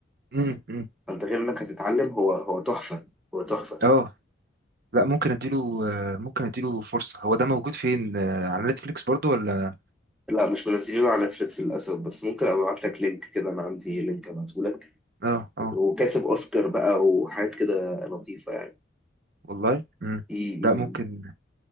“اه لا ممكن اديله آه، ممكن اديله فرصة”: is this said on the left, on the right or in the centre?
Right